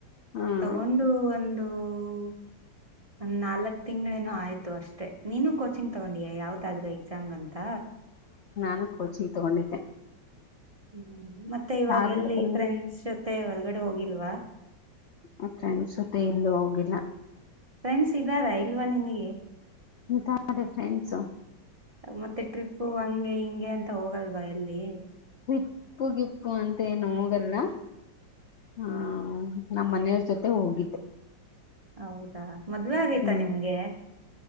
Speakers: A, on the left; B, on the right.
A: ಹ್ಮ್
B: ತಗೊಂಡು ಒಂದ್ ಒ ನಾಲ್ಕ್ ತಿಂಗಳೇನೋ ಆಯ್ತು ಅಷ್ಟೇ ನೀನುೂ ಕೋಚಿಂಗ್ ತಗೊಂಡಿಯ ಯಾವ್ದಾದ್ರು ಎಕ್ಸಾಮ್ ಗಂತ
A: ನು ಕೋಚಿಂಗ್ ತಗೊಂಡಿದ್ದೆ
B: ಹ್ಮ ಮತ್ತೆ ಇವಾಗ
A: ಧಾರವಾಡದಲ್ಲಿ
B: ಎಲ್ಲಿ ಫ್ರೆಂಡ್ಸ್ ಜೊತೆ ಹೊರ್ಗ ಡೆ ಹೋಗಿಲ್ವಾ?
A: ನ ಫ್ರೆಂಡ್ಸ್ ಜೊತೆ ಇಲ್ಲೂ ಹೋಗಿಲ್ಲ.
B: ಫ್ರೆಂಡ್ಸ್ ಇದ್ದಾರ ಇಲ್ವಾ ನಿನಿಗೆ?
A: ಇದಾರೆ ಫ್ರೆಂಡ್ಸ್
B: ಮತ್ತೆ ಟ್ರಿಪ್ಪು ಹಂಗೆ ಹಿಂಗ್ ಗೆ ಅಂತ ಹೋಗಲ್ವಾ ಎಲ್ಲಿ
A: ಟ್ರೀಪ್ಪು ಗಿಪ್ಪು ಅಂತ ಏನ್ ಹೋಗಲ್ಲ ಹ ನಮ್ ಮನೆಯವ್ರ್ ಜೊತೆ ಹೋಗಿದ್ದೆ.
B: ಹೌದಾ ಮದ್ವೆ ಆಗೈತಾ
A: ಹ್ಮ್
B: ನಿಮ್ಗೆ?